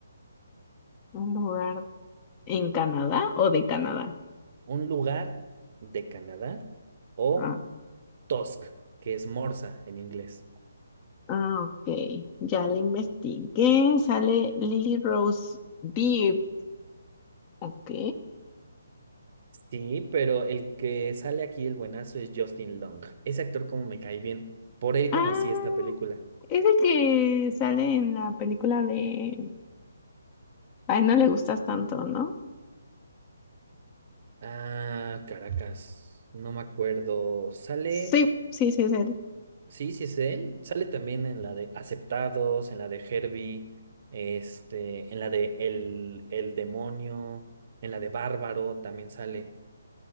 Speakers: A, on the left (about 25°); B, on the right (about 40°).
A: un lugar en Canadá o de Canadá.
B: Un lugar de Canadá o
A: Ah,
B: Tusk, que es Morsa en inglés.
A: ah, ok, ya le investigué, sale Lily Rose Depp. Ok.
B: Sí, pero el que sale aquí el buenazo es Justin Long. Ese actor como me cae bien. Por él
A: Ah,
B: conocí esta película.
A: Es el que sale en la película de... Ay, no le gustas tanto, ¿no?
B: Ah, Caracas. No me acuerdo. Sale.
A: Sí, sí, sí, es él.
B: Sí, sí es él. Sale también en la de Aceptados, en la de Herbie, este, en la de El, El Demonio, en la de Bárbaro también sale.